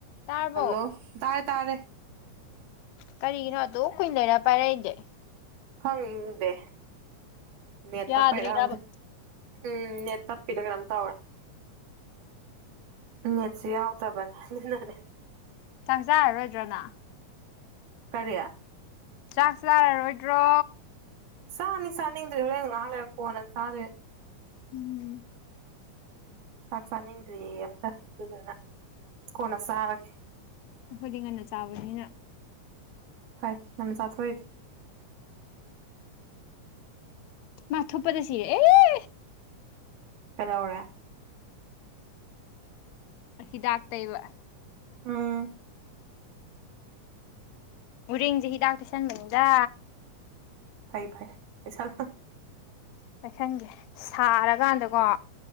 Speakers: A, on the left (about 75°); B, on the right (about 75°).
A: ꯇꯥꯔꯕꯣ
B: ꯍꯜꯂꯣ ꯇꯥꯏꯦ ꯇꯥꯔꯦ
A: ꯀꯔꯤꯒꯤꯅꯣ ꯑꯗꯨꯣ ꯀꯨꯏꯅ ꯂꯩꯔ ꯄꯥꯏꯔꯛꯏꯗꯤꯦ
B: ꯈꯪꯗꯦ ꯅꯦꯠꯇꯄꯩꯔꯛꯪꯗꯦ
A: ꯌꯥꯗ꯭ꯔꯤꯔꯕ
B: ꯎꯝ ꯅꯦꯠ ꯇꯞꯄꯤꯗ ꯀꯩꯅꯣꯝ ꯇꯧꯔꯦ ꯅꯦꯠꯁꯨ ꯌꯥꯎꯗ꯭ꯔꯕꯅꯤ ꯔꯦ
A: ꯆꯪ ꯆꯥꯔꯔꯣꯏꯗ꯭ꯔꯅ
B: ꯀꯗꯌꯥ
A: ꯆꯥꯛꯁꯨ ꯆꯥꯔꯔꯣꯏꯗ꯭ꯔꯣ
B: ꯁꯥꯥꯅꯤ ꯁꯥꯥꯅꯤ ꯇꯂ ꯉꯥꯂ ꯀꯣꯅꯦ ꯁꯥꯗꯦ
A: ꯎꯝ
B: ꯆꯥꯛ ꯆꯥꯅꯤꯡꯗ꯭ꯣꯏꯌꯦ ꯑꯝꯇ ꯑꯗꯨꯗꯨꯅ ꯀꯣꯟꯅ ꯆꯥꯔꯒꯦ
A: ꯑꯩꯈꯣꯏꯗꯤ ꯉꯟꯅ ꯆꯥꯕꯅꯤꯅ
B: ꯍꯣꯏ ꯌꯥꯝ ꯆꯥꯊꯣꯛꯔꯤꯁ
A: ꯃꯥꯊ ꯎꯄꯗ ꯁꯤ ꯑꯦ
B: ꯀꯗꯧꯔꯦ
A: ꯍꯤꯗꯥꯛꯇꯕ
B: ꯎꯝ
A: ꯎꯔꯤꯦꯡꯁꯦ ꯍꯤꯗꯥꯛꯇꯣꯏꯁꯟꯕꯗ
B: ꯐꯩ ꯐꯥꯏ ꯆꯠ
A: ꯀꯩꯁꯟꯒꯦ ꯁꯥꯔꯀꯥꯟꯗꯀꯣ